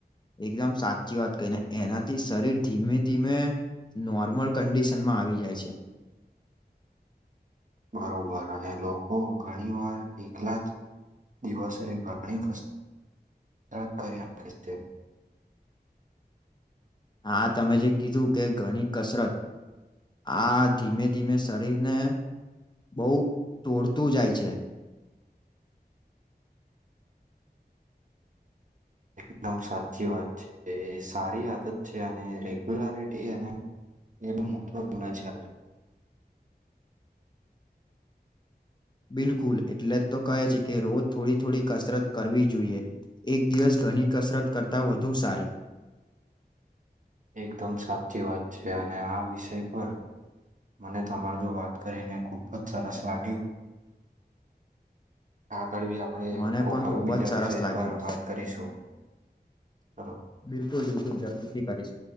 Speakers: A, on the left (about 25°); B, on the right (about 50°).
A: એકદમ સાચી વાત કહી ને એનાથી શરીર ધીમે ધીમે નોર્મલ કન્ડિશનમાં આવી જાય છે.
B: બરોબર અને લોકો ઘણી વાર એકલા જ દિવસે ઘણી ક કરી છે
A: હા તમે જે કીધું કે ઘણી કસરત આ ધીમે ધીમે શરીરને બહુ તોડતું જાય છે
B: એકદમ સાચી વાત છે એ સારી આદત છે અને રેગ્યુલરિટી અને એ મતવા ગુણ છે
A: બિલકુલ એટલે જ તો કહે છે કે રોજ થોડી થોડી કસરત કરવી જોઈએ એક દિવસ ઘણી કસરત કરતાં વધુ સારી
B: એકદમ સાચી વાત છે અને આ વિષય પર મને તમાર જો વાત કરીને ખૂબ જ સરસ લાગ્યું આગળવી આપણે
A: મને પણ ખુબ
B: બીજા
A: જ સરસ
B: વિષય
A: લાગ્યું
B: પરર વાત કરીશું ચલો.
A: બિલકુલ બિલકુલ જરૂરથી કરીશ